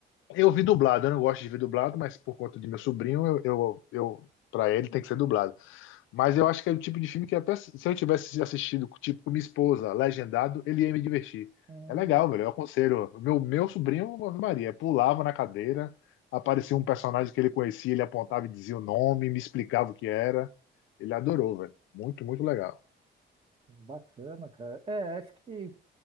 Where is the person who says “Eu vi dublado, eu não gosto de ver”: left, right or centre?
Left